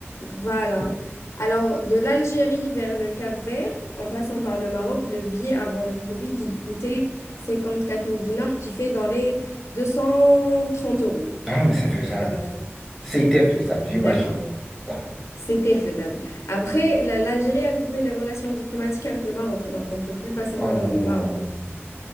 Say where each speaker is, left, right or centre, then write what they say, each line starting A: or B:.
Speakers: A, on the left; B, in the centre.
A: Voilà. Alors, de l'Algérie vers le Cap-Vert, en passant par le Maroc, le billet avant le Covid, il coûtait 54 mille dinars, qui fait dans les 230 euros
B: Ah, mais c'est faisable.
A: à peu près.
B: C'était faisable, j'imagine.
A: D'accord.
B: Voilà.
A: C'était faisable. Après, la- l'Algérie a coupé les relations diplomatiques avec le Maroc, donc on ne peut plus passer
B: Oh
A: par
B: non,
A: le Maroc.